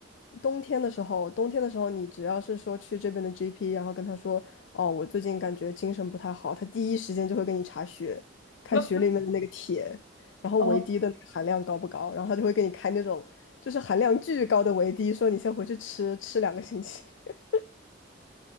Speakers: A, on the left (about 70°); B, on the left (about 85°).
A: 冬天的时候，冬天的时候，你只要是说去这边的 GP，然后跟他说，哦，我最近感觉精神不太好，他第一时间就会给你查血，
B: <laughs>
A: 看血里面的那个铁，
B: 那
A: 然后维
B: 哦，
A: D 的那个含量高不高，然后他就会给你开那种就是含量巨高的维 D，说你先回去吃吃两个星期。<laughs>